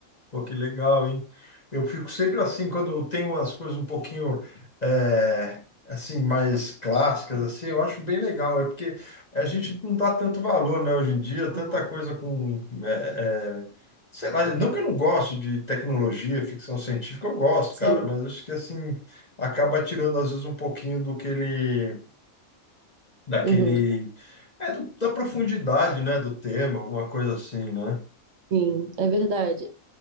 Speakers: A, on the left (about 30°); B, on the right (about 65°).
A: Pô, que legal, hein? Eu fico sempre assim, quando tem umas coisas um pouquinho, é, assim, mais clássicas, assim, eu acho bem legal. É porque a gente não dá tanto valor, né, hoje em dia, tanta
B: Uhum.
A: coisa com, é, é, sei lá, não que eu não goste de tecnologia, ficção científica, eu gosto,
B: Sim,
A: cara, mas acho que, assim, acaba tirando, às vezes, um pouquinho do que ele, daquele,
B: uhum.
A: é, do- da profundidade, né, do tema, alguma coisa assim, né?
B: Sim, é verdade.